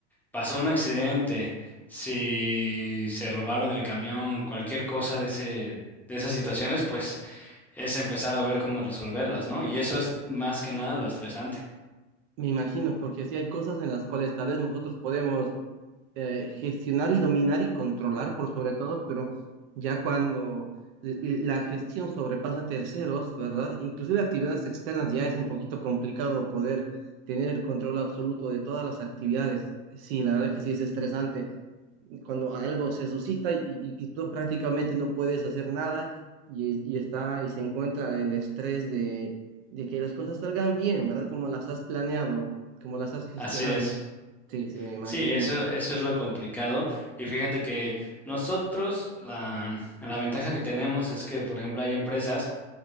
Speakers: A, in the centre; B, on the right.
A: pasó un accidente, si se robaron el camión, cualquier cosa de ese... De esas situaciones, pues es empezar a ver cómo resolverlas, ¿no? Y eso es más que nada lo estresante.
B: Me imagino, porque sí hay cosas en las cuales tal vez nosotros podemos eh, gestionar y dominar y controlar, por sobre todo, pero ya cuando l- l- la gestión sobrepasa terceros, ¿verdad? Inclusive actividades externas ya es un poquito complicado poder tener el control absoluto de todas las actividades. Sí, la verdad que sí es estresante. cuando algo se suscita y, y- y tú prácticamente no puedes hacer nada y, y está y se encuentra el estrés de, de que las cosas salgan bien, ¿verdad? Como las has planeado, como las has gestionado.
A: Así es.
B: Sí, sí, me imagino.
A: Sí, eso, eso es lo complicado. Y fíjate que nosotros, la, la ventaja que tenemos es que, por ejemplo, hay empresas